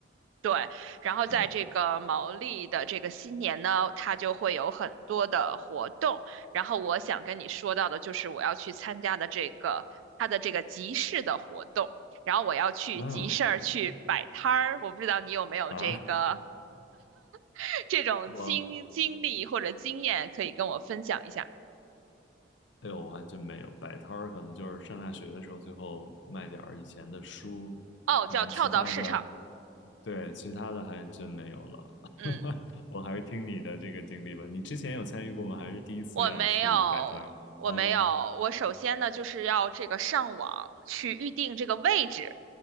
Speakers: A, on the right; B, on the left.
A: 对，然后在这个毛利的这个新年呢，
B: 嗯
A: 它就会有很多的活动。然后我想跟你说到的就是我要去参加的这个它的这个集市的活动，然后我要去集市儿去摆摊儿。
B: 嗯
A: 我不知道你有没有这个
B: 啊，
A: <laughs> 这种经经历或者经验可以跟我分享一下？
B: 我。哎呦，我还真没有摆摊儿，可能就是上大学的时候，最后卖点儿以前的书，
A: 哦，叫跳蚤市场。
B: 然后其他的，对，其他的还真没有了。
A: 嗯。
B: <laughs> 我还是听你的这个经历吧。你之前有参与过吗？还是第一次要去摆摊儿？
A: 我没有，我没有。
B: 哦，
A: 我首先呢，就是要这个上网去预定这个位置，